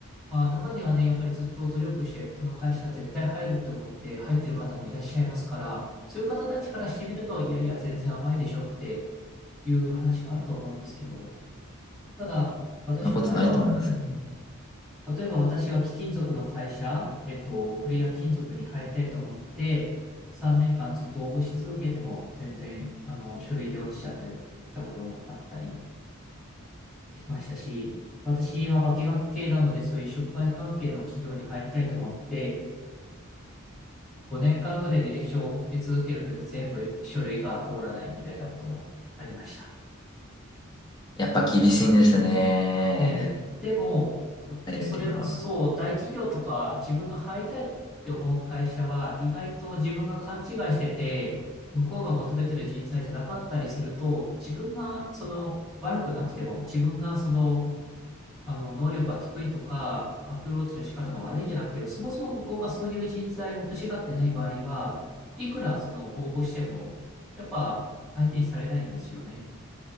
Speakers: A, in the centre; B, on the left (about 20°).
A: まあ、中にはね、やっぱりずっと努力して、この会社絶対入るって思って入ってる方もいらっしゃいますから、そういう方たちからしてみると、いやいや、全然甘いでしょっていう話もあるとは思うんですけど、ただ、私の場合は、
B: そんなことないと思います。
A: うん、例えば私は貴金属の会社、えっと、クレア金属に入りたいと思って、3年間ずっと応募し続けても、全然、あの、書類で落ちちゃったりしたこともあったりしましたし、私は化学系なので、そういう触媒関係の企業に入りたいと思って、5年間ぐらい履歴書を送り続けるけど、全部書類が通らないみたいなこともありました。
B: やっぱ厳しいんですね。
A: えーでも、
B: 入るっていうのは。
A: それ、そう、大企業とか自分が入りたいって思う会社は、意外と自分が勘違いしてて、向こうが求めてる人材じゃなかったりすると、自分がその悪くなくても、自分がそのあの、能力が低いとか、アプローチの仕方が悪いじゃなくて、そもそも向こうがそういう人材を欲しがってない場合は、いくらその応募しても、やっぱ相手にされないんですよね。